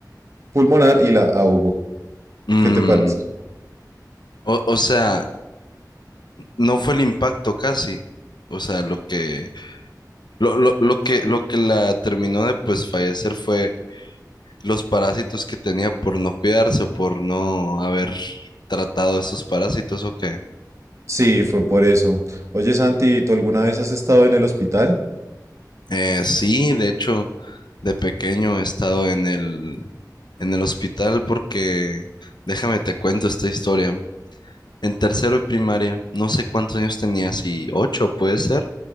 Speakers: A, on the right; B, on the left.
A: pulmonar y la ahogó.
B: Mm,
A: ¿Qué te parece?
B: o, o sea, no fue el impacto casi. O sea, lo que, lo, lo, lo que, lo que la terminó de pues fallecer fue los parásitos que tenía por no cuidarse o por no haber tratado esos parásitos o qué.
A: Sí, fue por eso. Oye, Santi, ¿tú alguna vez has estado en el hospital?
B: Eh, sí, de hecho, de pequeño he estado en el, en el hospital porque, déjame te cuento esta historia. En tercero de primaria, no sé cuántos años tenías, y ocho puede ser,